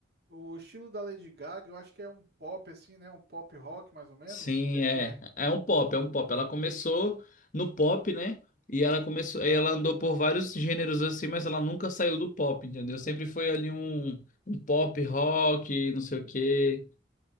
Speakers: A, on the right; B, on the left.
A: o estilo da Lady Gaga, eu acho que é um pop, assim, né? Um pop rock, mais ou menos.
B: Sim,
A: O que é que
B: é.
A: é?
B: É um pop, é um pop. Ela começou no pop, né? E ela começou,
A: Aham,
B: e ela andou por vários gêneros assim, mas ela nunca saiu do pop, entendeu? Sempre foi ali um, um pop rock, não sei o quê,